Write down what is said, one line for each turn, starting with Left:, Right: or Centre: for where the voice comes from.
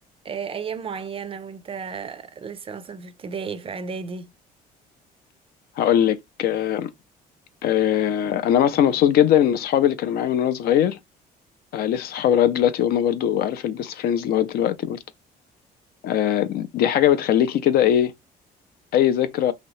Right: آه، ايام معينة وانت لسه مثلا في ابتدائي في اعدادي
Left: هقول لك آه، آه، انا مثلا مبسوط جدا ان اصحابي اللي كانوا معايا من وانا صغير آه، لسه صحابي لغاية دلوقتي وهم برضو عارف البيست فريندز لغاية دلوقتي برضو آه، دي حاجة بتخليكي كده ايه اي ذكرى